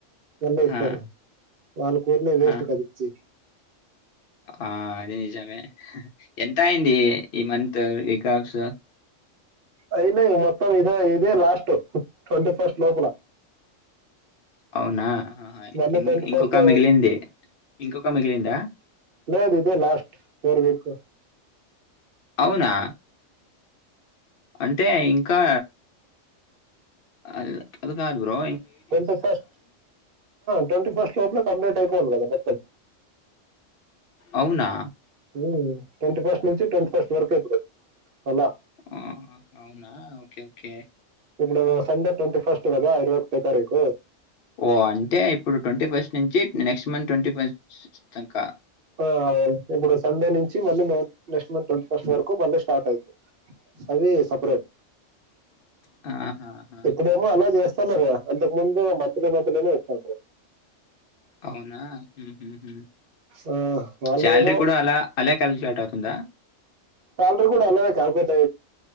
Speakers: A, on the right; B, on the left.
A: ఎన్న ఇస్తారు
B: ఆ
A: వాళ్ళ కూరినే వేస్ట్
B: ఆ
A: కది ఇచ్చి
B: ఆ అదే నిజమే ఎంత అయింది ఈ మంత ఎకక్ష
A: అయిన మొత్తం ఇదే ఇదే లాస్ట్ ట్వంటీ ఫస్ట్ లోపల
B: అవునా
A: మళ్ళీ
B: ఇం
A: ట్వంటీ
B: ఇంకొక
A: ఫస్ట్
B: మిగిలిందే ఇంకొక మిగిలిందా
A: లేదు ఇదే లాస్ట్ ఫోర్ వీక్
B: అవునా అంటే ఇంకా అ అద కాదు bro
A: twenty first twenty first లోపల కంప్లీట్ అయిపోను కదా మొత్తం
B: అవునా
A: ఊ ట్వంటీ ఫస్ట్ నుంచి ట్వంటీ ఫస్ట్ వరకు ఇప్పుడు అలా
B: ఆ అవునా ఓకే ఓకే
A: ఇప్పుడు సండే ట్వంటీ ఫస్ట్ కదా ఇరవైఒకటి తారఖ
B: ఓ అంటే ఇప్పుడు ట్వంటీ ఫస్ట్ నుంచి నెక్స్ట్ మంత్ ట్వంటీ ఫస్ట్కా
A: ఆ అ ఇప్పుడు సండే నుంచి మళ్ళ నెక్స్ట్ మంత్ ట్వీ ఫస్ట్ వరకు మళ్ళీ స్టార్ట్ అయింది అది సపరేట్
B: <inaudible> ఆహాహాహా!
A: ఇప్పుడేమో అలా చేస్తున్నారు కదా అంతక్ ముందు మంత్లీ మంత్లీనే ఇస్తాండీ
B: అవునా హుహుహు.
A: ఆ వాళ్ళ
B: సాలరీ
A: ఏవో
B: కూడా అలా అలా కాలిక్యులేట్ అవుతుందా?
A: కాాలర్ కూడా అలాదే కాకపోతే